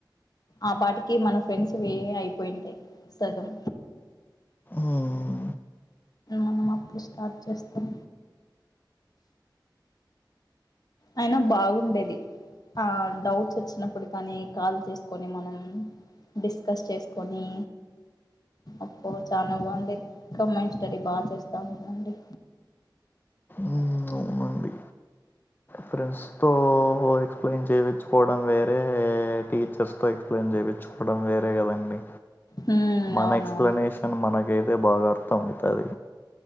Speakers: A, on the left (about 55°); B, on the left (about 25°).
A: ఆ పాటికి మన ఫ్రెండ్స్వి అయిపోయింటాయ్ సగం
B: మ్మ్
A: మనం అప్పుడు స్టాప్ చేస్తాం అయినా బాగుండేది ఆ డౌట్స్ వచ్చినప్పుడు కానీ కాల్ చేసుకొని మనం డిస్కస్ చేసుకొని అప్ప చాలా బాగుండంది కమాండ్ స్టడీ బాగా చేస్తా ఉందండి
B: ఉ అవునండి ఫ్రెండ్స్తో ఎక్స్ప్లెయిన్ చేయిచ్చుకోవడం వేరే టీచర్స్ తో ఎక్స్ప్లెయిన్ చేయించుకోవడం వేరే కదండి
A: హ్మ్
B: మన
A: అవునవును
B: ఎక్స్ప్లెనేషన్ మనకైతే బాగా అర్థం అవుతుంది